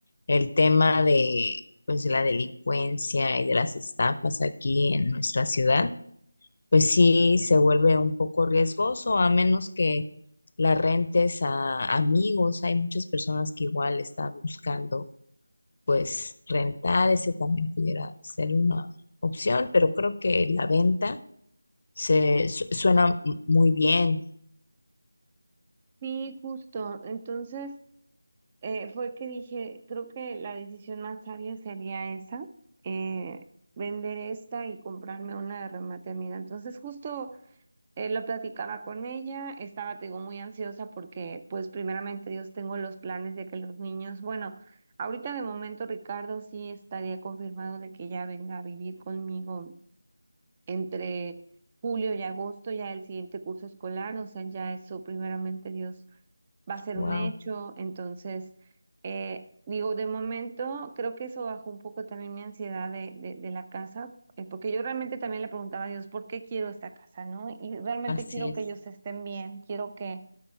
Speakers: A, on the left; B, on the right.
A: el tema de, pues, de la delincuencia y de las estafas aquí en nuestra ciudad, pues sí se vuelve un poco riesgoso, a menos que la rentes a amigos. Hay muchas personas que igual están buscando, pues, rentar. Ese también pudiera ser una opción, pero creo que la venta se su- suena m- muy bien.
B: sí, justo. Entonces eh, fue que dije, creo que la decisión más sabia sería esa, eh, vender esta y comprarme una de remate amiga. Entonces justo eh, lo platicaba con ella, estaba, te digo, muy ansiosa porque, pues, primeramente Dios, tengo los planes de que los niños, bueno, ahorita de momento Ricardo sí estaría confirmado de que ya venga a vivir conmigo entre julio y agosto, ya el siguiente curso escolar, o sea, ya eso primeramente Dios va a ser
A: Wow.
B: un hecho. Entonces, eh, digo, de momento creo que eso bajó un poco también mi ansiedad de, de, de la casa, eh, porque yo realmente también le preguntaba a Dios, ¿por qué quiero esta casa, no? Y realmente
A: Así
B: quiero
A: es.
B: que ellos estén bien, quiero que